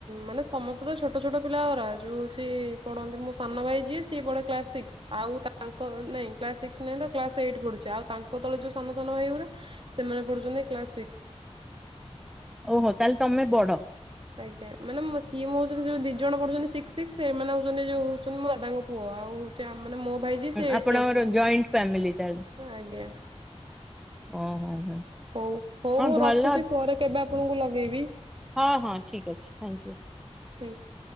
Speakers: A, on the right; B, in the centre.
A: ମାନେ ସମସ୍ତେ ତ ଛୋଟ ଛୋଟ ପିଲା ଗୁ। ଯୋଉ ହଉଚି ପଢନ୍ତି ମୋ ସାନ ଭାଇ ଯିଏ ସିଏ ପଢେ କ୍ଲାସ୍ ସିକ୍ସ। ଆଉ ତାଙ୍କ ନାଇଁ କ୍ଲାସ୍ ସିକ୍ସ ନାଇଁ ତ କ୍ଲାସ୍ ଏଇଟ୍ ପଢୁଚି। ଆଉ ତାଙ୍କ ତଳେ ଯୋଉ ସାନ ସାନ ଭାଇ ଗୁରା ସେମାନେ ପଢୁଛନ୍ତି କ୍ଲାସ୍ ସିକ୍ସ।
B: ଓହୋ ତାହେଲେ ତମେ ବଡ?
A: ଆଜ୍ଞା। ମାନେ ସିଏ ମୁ ହଉଛନ୍ତି ଯୋଉ ଦି ଜଣ ପଢୁଛନ୍ତି ସିକ୍ସ ସିକ୍ସ ସେମାନେ ହଉଛନ୍ତି ଯୋଉ ହଉଛନ୍ତି ମୋ ଦାଦାଙ୍କ ପୁଅ। ଆଉ ମାନେ ମୋ ଭାଇ ଯିଏ ସେ ଏଇଟ୍
B: ଆପଣଙ୍କର
A: କ୍ଲାସ୍ ପଢୁଚି।
B: ଜଏଣ୍ଟ ଫ୍ୟାମିଲି ତାହେଲେ
A: ଆଜ୍ଞା।
B: ଓହୋ ହଁ।
A: ହଉ ହଉ ମୁଁ
B: ଭଲ
A: ରଖୁଚି ପରେ କେବେ ଆପଣଙ୍କୁ ଲଗେଇବି।
B: ହଁ ହଁ ଠିକ୍ ଅଛି ଥ୍ୟାଙ୍କୟୁ।
A: ଥ୍ୟାଙ୍କୟୁ।